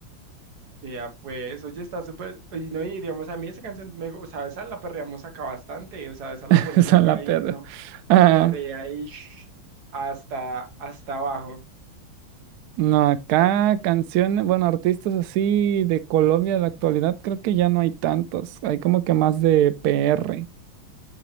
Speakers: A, on the right; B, on the right.
A: Vea, pues, oye, está súper, oye, no, y digamos, a mí esa canción, me, gu- o sea, esa la perreamos acá bastante, o sea, esa la
B: <laughs>
A: ponen
B: Esa
A: acá
B: es la
A: y
B: perra.
A: uno
B: Ah,
A: perrea y shh, hasta, hasta abajo.
B: no, acá canciones, bueno, artistas así de Colombia de la actualidad, creo que ya no hay tantos. Hay como que más de PR.